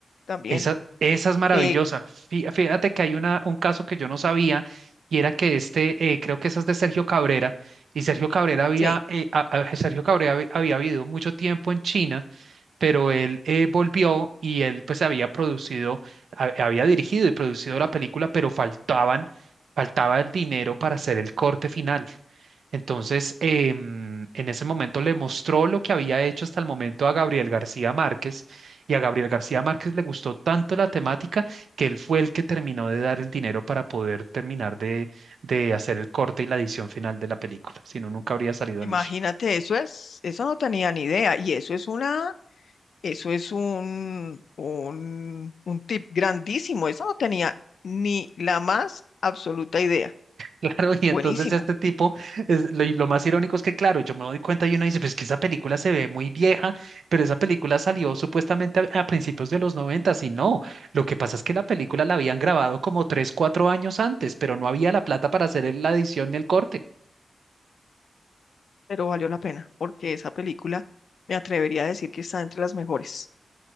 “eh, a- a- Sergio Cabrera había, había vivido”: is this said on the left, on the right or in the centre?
Right